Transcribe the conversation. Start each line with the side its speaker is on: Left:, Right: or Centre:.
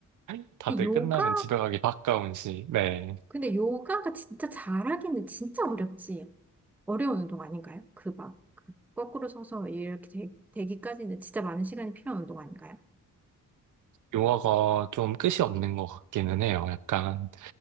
Right: <laughs> 다들
Centre: 근데 요가,
Right: 끝나면 집에 가기 바까운 시. 네.
Centre: 근데 요가가 진짜 잘하기는 진짜 어렵지. 어려운 운동 아닌가요? 그 막, 그 거꾸로 서서 이렇게 되, 되기까지는 진짜 많은 시간이 필요한 운동 아닌가요?
Right: 요가가 좀 끝이 없는 것 같기는 해요. 약간